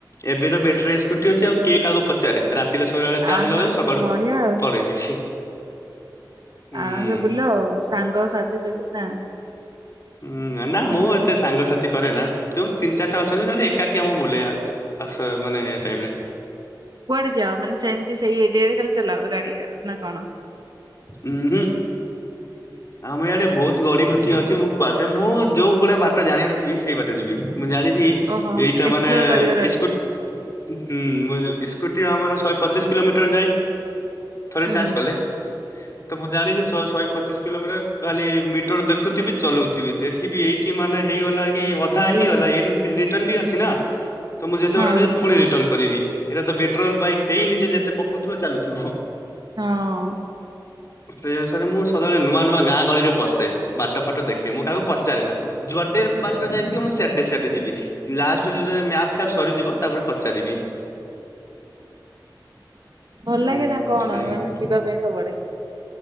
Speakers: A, on the left; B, on the right.
A: ଏବେ ତ ବେଟରୀ ସ୍କୁଟି ଅଛି ଆଉ କେ କାହାକୁ ପଚାରେ ରା ସବୁ ବେଳେ ଚାଜ
B: ଆହା
A: ଲଗେଇବ ସକାଳୁ
B: ବଢିଆ ଆଉ
A: ପଳେଇବି। ହୁଁ
B: ଆରାମସ ବୁଲ ଆଉ ସାଙ୍ଗ ସାଥି ଯଦି ନା
A: ହୁଁ ନା ମୁଁ ଏତେ ସାଙ୍ଗସାଥି କରେ ନା ଯୋଉ ତିନି ଚାରଟା ଅଛନ୍ତି ନହେଲେ ଏକାଠି ଆମ ବୁଲେ ଆକ୍ସ ମାନେ ଏ ଟାଇପରେ
B: କୁଆଡେ ଯାଅ ମାନେ ସେମିତି ସେଇଡରେ ଖାଲି ଚଲାଅ ଗାଡି ନା କଣ?
A: ଉ ହୁଁ ଆଉ ମୁଁ ଇଆଡେ ବହୁତ ଗଡି କୁଚି ଅଛି ମୁଁ କୁଆେ ମୁଁ ଯୋଉ ଗୁଡଆ ବାଟ ଜାଣିିନଥିବି ସେଇ ବାଟ ଯିବି ମୁଁ ଜାଣିଛି
B: ଓହୋ
A: ଏଇଟା
B: ଏକ୍ସପ୍ଲୋର
A: ମାନେ
B: କରିବାର ଅଛି
A: ସ୍କୁ ହୁଁ ସ୍କୁଟି ଆମର ଶହେ ପଚିଶ କିଲୋମିଟର ଯାଏ। ଥରେ
B: ହୁଁ
A: ଚାର୍ଜ କଲେ। ତ ମୁଁ ଜାଣିଛି ଶହେ ପଚିଶ କିଲୋମିଟର ଖାଲି ମିଟର ଦେଖୁଥିବି ଚଲଉଥିବି ଦେଖିବି ଏଇଠ ଠି ମାନେ ହେଇଗଲା କି ଅଧା ହେଇଗଲା ଏଇଠୁ ରିଟର୍ଣ ବି ଅଛି ନା ତ ମୁଁ ଯେତେବେଳେ
B: ହଁ
A: ପୁଣି ରିଟର୍ନଣ କରିବି ଏଟା ତ ପେଟ୍ରୋଲ ବାଇକ୍ ହେଇନି ଯେତେ ପଉଥିବ ଚାଲୁଥିବ।
B: ହଁ
A: ସେଇ ଅନୁସାରେ ମୁଁ ସଦାବେଳେ ନୂଆ ନୂଆ ଗାଁ ଗଳିରେ ପଶେ ବାଟ ଫାଟ ଦେଖେ ମୁଁ କାହାକୁ ପଚେ ଚାାର ନା ଜୁଆାରଡର ବା ଯାଇଥିବ ମୁଁଡେଡେ ଯିବି ଲାଷ୍ଟ ଯୋଉ ମପ ଫପ ସରିଯିବ ତାପରେ ପଚାରିବି
B: ଭଲ
A: ଉଁ
B: ଲାଗେ ନା କଣ
A: ସେମିତି
B: ମାନେ ଯିବା ପାଇଁ ସବୁଆଡେ